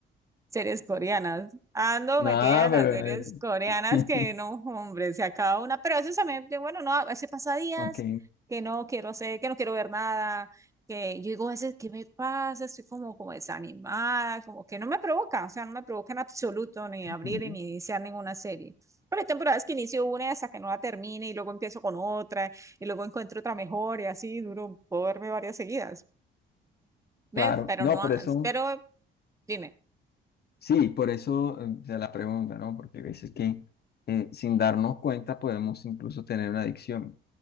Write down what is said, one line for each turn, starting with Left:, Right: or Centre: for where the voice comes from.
Right: Series coreanas. Ando
Left: No,
Right: metida en
Left: pero...
Right: las series coreanas
Left: eh,
Right: que
Left: <laughs>
Right: no, hombre, se acaba una. Pero a veces también, de- bueno, no, a veces pasa días
Left: Ok.
Right: que no quiero ser, que no quiero ver nada, que yo digo a veces, ¿qué me pasa? Estoy como, como desanimada, como que no me provoca, o sea, no me provoca en absoluto ni abrir
Left: ujú,
Right: ni iniciar ninguna serie. Pero hay temporadas que inicio una hasta que no la termine y luego empiezo con otra y luego encuentro otra mejor y así duro, puedo verme varias seguidas. ¿Ves?
Left: Claro.
Right: Pero
Left: No,
Right: no,
Left: por
Right: has-
Left: eso...
Right: pero dime,
Left: Sí, por eso eh, se la pregunta, ¿no? Porque a veces que eh, sin darnos cuenta podemos incluso tener una adicción.